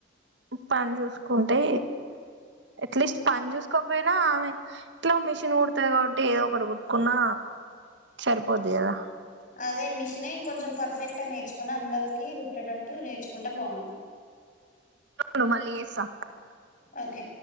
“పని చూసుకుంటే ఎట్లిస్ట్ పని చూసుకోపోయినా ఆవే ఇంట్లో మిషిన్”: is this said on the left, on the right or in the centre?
Right